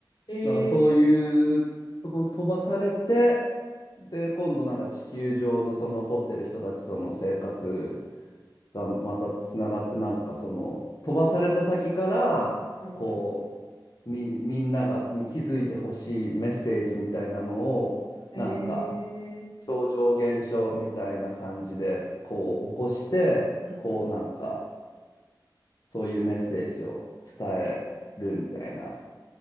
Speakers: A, on the left; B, on the left.
A: へえ。
B: なんかそういうとこに飛ばされて、で、今度なんか地球上のその残ってる人たちとの生活がまたつながって、なんかその飛ばされた先から、
A: うんうん。
B: こう、み、みんながに気づいてほしいメッセージみたいなのを、
A: へえ。
B: なんか、超常現象みたいな感じで、こう起こして、
A: うんうん。
B: こうなんか、そういうメッセージを伝えるみたいな